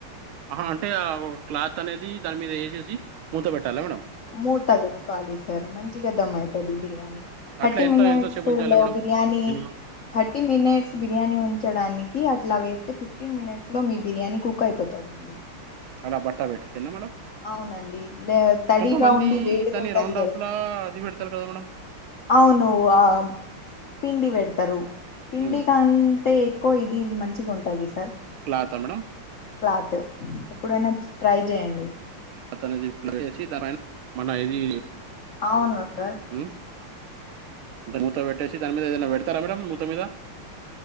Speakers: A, on the right; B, on the left.
A: అహా అంటే ఆ ఒ క్లాత్ అనేది దాని మీద ఏసేసి మూత పెట్టాలా మేడమ్
B: మూటా వెట్టుకోవాలి సార్ మంచిగా దమ్ అయితది బిర్యానీ థర్టీ
A: అట్లా ఎంత
B: మినిట్స్
A: ఎంతసేపు ఉంచాలి
B: లో
A: madam
B: biryani
A: minimum
B: thirty minutes biryani ఉంచడానికి అట్లా వేస్తే ఫిఫ్టీన్ మినిట్స్ లో మీ బిర్యానీ కుక్ క్ అయిపోతాదండి
A: ఆడ బట్టా వేడ్తేన మేడమ్
B: అవునండి లే తడిగా
A: కొంతమంది
B: ఉండి వేడిగా
A: దాన్ని
B: ఉంటది
A: రౌండ్
B: కదా
A: ఆఫ్లా అది పెడతారు కదా మేడమ్
B: అవును ఆ పిండి వెడతారు పిండి
A: ఉమ్
B: కాన్ టే ఎక్కువ ఇది మంచిగ్ ఉంటది సార్
A: క్లాతమేడం
B: క్లాత్ ఎప్పుడైనా ట్రై జేయండి
A: అతనిది వేసి పైన మన ఇది
B: అవును సార్
A: ఉమ్ ద మూత వెట్టేశి దాని మీదైనా వెడతారా మేడమ్ మూత మీద